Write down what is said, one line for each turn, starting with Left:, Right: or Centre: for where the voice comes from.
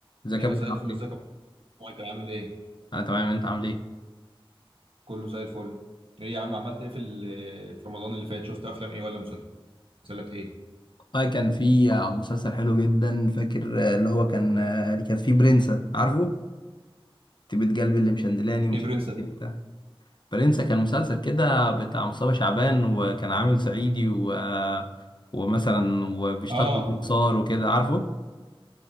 Left: ازيك
Right: يا
Left: يا
Right: مساء
Left: ابو عامل
Right: الفل
Left: ايه؟
Right: ازيك يا أبو مايكل عامل ايه؟
Left: انا تمام انت عامل ايه؟
Right: كله زي الفل. ايه يا عم عملت ايه في ال- في رمضان اللي فات؟ شفت افلام ايه ولا مسلسلات ايه؟
Left: والله كان في مسلسل حلو جدا فاكر اللي هو كان اللي كان فيه برنسا عارفه؟ طيبة قلبي اللي مشندلاني ومش
Right: ايه برنسة
Left: عارف
Right: دي؟
Left: ايه بتاع برنسا كان مسلسل كده بتاع مصطفى شعبان وكان عامل صعيدي و... ومثلا وبيشتغل
Right: اه
Left: في صار وكده عارفه؟